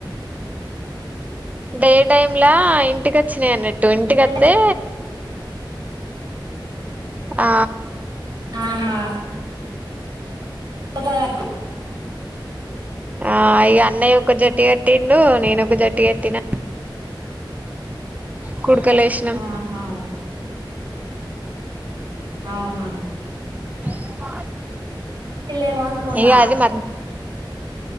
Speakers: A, on the right; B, on the right.
A: డే టైమ్లా ఇంటికొచ్చినాయి అన్నట్టు ఇంటికి
B: జెండా
A: అత్తే ఆ
B: ఆహా పోతాది ఆటికి
A: ఆ ఇగ అన్నయ్య ఒక జట్టుగట్టిండు నేనొక జట్టుగట్టినా కుడుకలు ఏషిణం
B: ఆహా అవునా
A: <unintelligible>
B: ఇల్లేమో అన్కున్నా
A: ఇగ అది మ